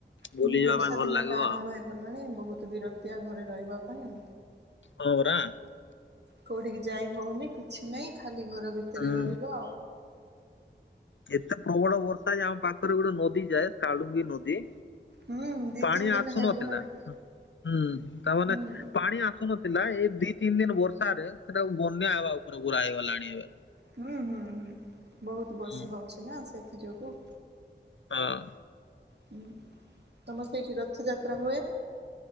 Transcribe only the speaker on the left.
ବୁଲି
ଯିବା
ପାଇଁ ଭଲ
ଲାଗିବ
ଆଉ
ହଁ ରା
ହୁଁ
କେତେ ପ୍ରବଳ ବର୍ଷା ଯେ ଆମ ପାଖରେ ଗୋଟେ ନଦୀ ଯାଏ ସାଳୁଙ୍ଗୀ ନଦୀ
ପାଣି
ଆସୁନଥିଲା
ହୁଁ ତା ମାନେ
ପାଣି ଆସୁନ ଥିଲା ଏଇ ଦି ତିନି ଦିନ ବର୍ଷାରେ ସେଟାକୁ ବନ୍ୟା ହେବା ଉପରେ ପୁରା ହେଇଗଲାଣି ଏବେ।
ହୁଁ
ହଁ।